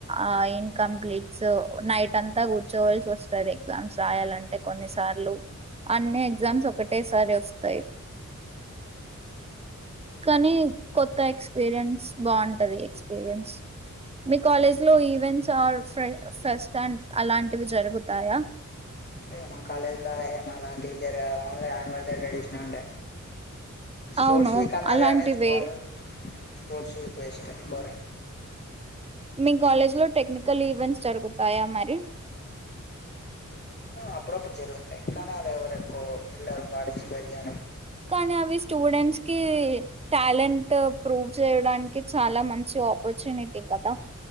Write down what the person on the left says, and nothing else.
లో మా కాలేజ్ లో య అలాంటివి జరగవ్ only annual day traditional day స్పోర్ట్స్
వీక్ అన్నరు
గానీ <unintelligible> స్పర్ట్స్ ఎక్కువ ఇష్టం బోరె
అప్పుడప్పుడు జరుగుతాయి కానీ అది ఎవరు ఎక్కువ వెళ్లరు పాటి స్పెట్స్ చే